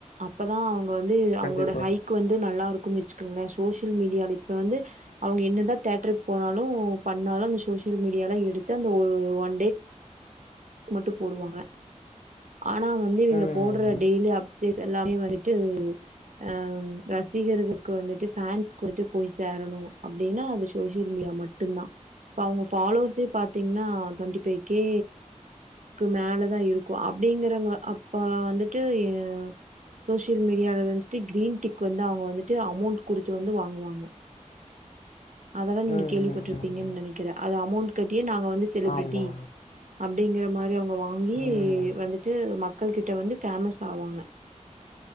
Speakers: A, on the right (about 80°); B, on the left (about 80°).
A: அப்பதா அவுங்க வந்து அவுங்களோட
B: கண்டிப்பா.
A: ஹைக் வந்து நல்லா இருக்கு வச்சுக்கங்ளே சோசியல் மீடியா இப்ப வந்து அவுங்க என்னதா தேட்ருக்கு போனாலு பண்ணாலு அந்த சோசியல் மீடியால எடுத்து அந்த ஒரு ஒன் டே மட்டு போடுவாங்க ஆனா வந்து இவுங்க
B: ம்.
A: போட்ற டெய்லி அப் டேட்டு எல்லாமே வந்துட்டு ஆ ரசிகர்களுக்கு வந்துட்டு ஃபேன்ஸ்க்கு கொண்டுட்டு போய் சேரணு அப்டின்னா அது சோசியல் மீடியா மட் ட்டுந்தா இப்ப அவுங்க பாலோவர்ஷே பாத்தீங்கன்னா டொன்டி ஃபைவ் கே க்கு மேலதா இருக்கு அப்டிங்கிறவுங்க அப்ப வந்துட்டு எ சோசியல் மீடியால வந்துட்டு க்ரீன் டிக் வந்து அவுங்க வந்துட்டு அமௌண்ட் குடுத்து வந்து வாங்குவாங்க அதல்லா நீங்க
B: ம்,
A: கேள்விப்பட்ருப்பீங்கன்
B: ம், ம், ம்.
A: நெனைக்கிறே அது அமௌண்ட் கட்டியே நாங்க வந்து செலிப்ரிட்டி
B: ஆமா.
A: அப்டிங்குற மாரி அவங்க வாங்கி
B: ம்,
A: வந்துட்டு மக்கள்கிட்ட வந்து ஃபேமஸ் ஆவாங்க